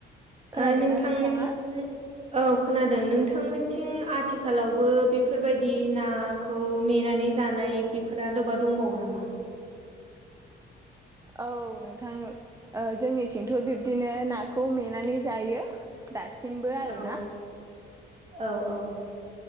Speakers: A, on the right; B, on the right.
A: खोनादोंना
B: ओ नोंथांमोन
A: नोंथाङा
B: <unintelligible> औ खोनादों नोंथांमोनथिं आथिखालावबो बेफोरबायदि ना खौ मेनानै जानाय बेफोर आदबा दंबावो नामा?
A: औ नोंथां ओ जोंनिथिंथ बिब्दिनो नाखौ मेनानै जायो। दासिमबो आरोना
B: औ औ औ।